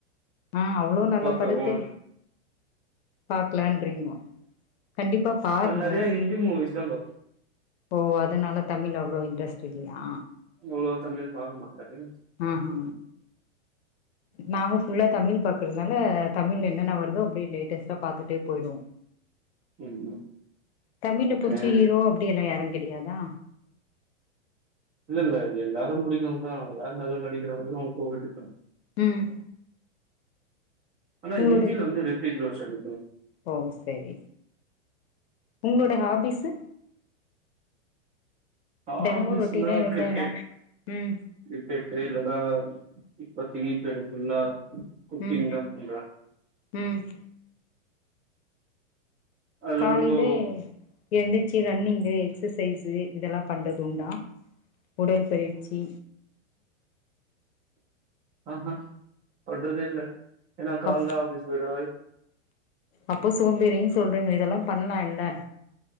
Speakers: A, on the left (about 60°); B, on the right (about 20°).
A: ம் அவ்வளோ நல்ல
B: பாத்துருவோ
A: படத்த பாக்கலன்ரிங்கோ கண்டிப்பா பாருங்க
B: நா நெறைய ஹிந்தி மூவிஸ் தா பாப்பே
A: ஓ அதனால தமிழ் அவ்வளவு இன்ட்ரெஸ்ட் இல்லயா
B: அவ்ளோ தமிழ் பாக்கமாட்டாரு
A: ஆஹா நாங்க ஃபுல்லா தமிழ் பாக்குறனால தமிழ் என்னன்ன வருதோ அப்டியே லேட்ட பாத்துட்டே போயிடு
B: ம்
A: தமிழ்ல
B: ஓகே
A: புடிச்ச ஹீரோ அப்டி எல்லா யாரு தெரியாதா
B: இல்ல இல்ல எல்லாரு புடிக்குந்தா யார் நல்ல நடிக்கிறங்களுக்கு போ வேண்டியத்தா
A: ம்
B: ஆனா
A: உங்களோட
B: ஹந்தியில வந்து ரித்திக் ரோஷன்
A: ஓ சேரி உங்களோட ஹாபிஸ்சு தெனமு
B: ஆபிஸ்னா
A: ரொட்டீனா எழுந்தா
B: கிரிக்கெட்
A: என்ன ம்
B: கிரிக்கெட்டு இல்லனா இப்பத்தி பேருபுல்லா குக்கிங்
A: ம்
B: தா பண்றே
A: ம்
B: அதுல
A: காலையில
B: ரொம்போ
A: எந்திச்சி ரன்னிங்கு எக்ஸசைஸ்சு இதல்லா பண்றதுண்டா உடற்பயிற்சி
B: ஆஹ்ஹா பண்றதே இல்ல ஏன்னா கால்ல
A: அப்
B: ஆபீஸ் போய்டுவே
A: அப்போ சோம்பேறின் சொல்றீங்க இதெல்லா பண்ணா என்ன